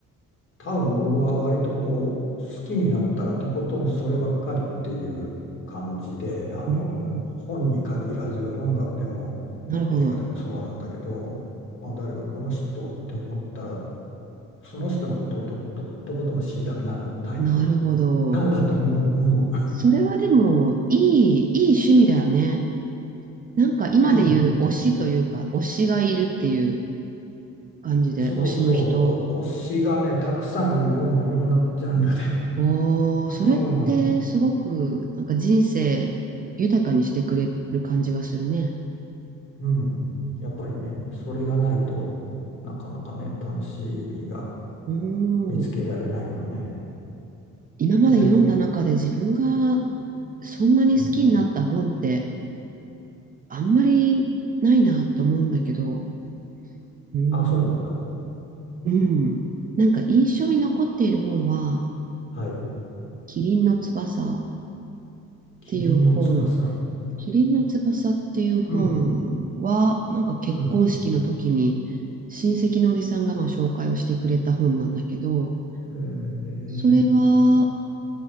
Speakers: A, on the left; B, on the right.
A: 多分僕は割とこう好きになったらとことんそればっかりっていう感じであの本に限らず音楽でも映画でもそうなんだけど、
B: うん、なるほど。
A: まあ、誰かこの人って思ったらその人のことをと、と、とことん知りたくなるタイプなんだと思う、
B: なるほど。
A: 思う。
B: それはでも、いい、いい趣味だよね。なんか今で言う推しというか、
A: うん、
B: 推しがいるっていう感じで、
A: そうそうお推しがねたくさんいるよもういろんなジャンルで。
B: 推しの人。おー、それってすごく、
A: うん
B: なんか人生豊かにしてくれる感じがするね。
A: うん。やっぱりね、それがないとなかなかね、楽しみが
B: おー、
A: 見つけられないよね。
B: 今まで読んだ中で自分が
A: え、
B: そんなに好きになった本って
A: うん。
B: あんまりないなと思うんだけど、うん、
A: あ、そうなんだ。
B: うんなんか印象に残っている本は、
A: はい。
B: キリンの翼。っていう本、
A: キリンの翼。
B: 麒麟の翼っていう本は、
A: うん。
B: なんか結婚式の時に親戚のおじさんがまあ紹介をしてくれた本なんだけど、
A: うん。へえ。
B: それは、